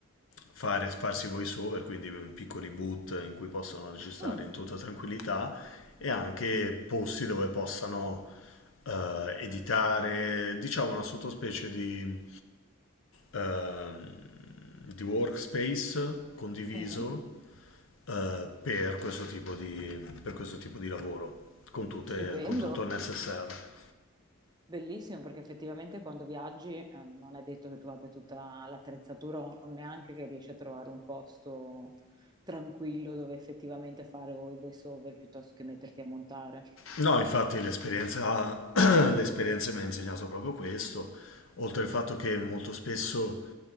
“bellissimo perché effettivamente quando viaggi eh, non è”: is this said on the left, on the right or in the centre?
Right